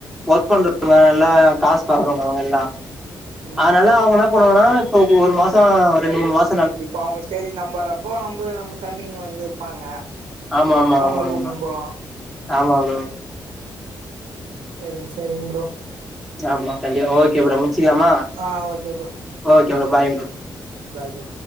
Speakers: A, in the centre; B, on the right (about 80°).
A: ஒர்க் பண்றவங்க நல்லா காசு பாக்குறங்க அவங்க எல்லா
B: ம்
A: அதனால அவங்கனா பண்ணுவோனா இப்போ ஒரு மாச ரெண்டு மூணு மாச
B: இப்ப அவங்க ஸ்டேஜ் நம்பறப்போ நம்ப நம்ம தம்பிங்க வந்து இருபாங்க
A: ஆமா ஆமா
B: அவங்கள
A: ஆமா
B: கூப்பிடுனு
A: ஆமா
B: போலா
A: ஆமா ப்ரோ
B: செரிங்க செரிங்க ப்ரோ
A: ஆமா கண்டிபா ஓகே ப்ரோ முடிச்குலாமா
B: ஆ okay bro
A: okay bro bye bro
B: bye bro